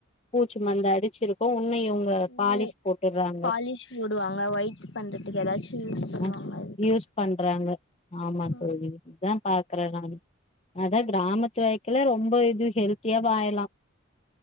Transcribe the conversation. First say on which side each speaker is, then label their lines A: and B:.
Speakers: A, on the left; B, on the left.
A: பூச்சி மந்து அடிச்சிருக்கு இன்னு இவ்ங்க பாலிஷ்
B: ம்
A: போட்டுறாங்க
B: பாலிஷ் போடுவாங்க ஒயிட் பண்றதுக்கு ஏதாச்சு யூஸ் பண்ணுவாங்க
A: ஆஹ்
B: அது
A: யூஸ் பண்றாங்க ஆமா தோழி
B: ம்
A: இதா பாக் <unintelligible> தா அதா க்ராமத் துல வைக்கில ரொம்ப இது ஹெல் த்தியா வாயலா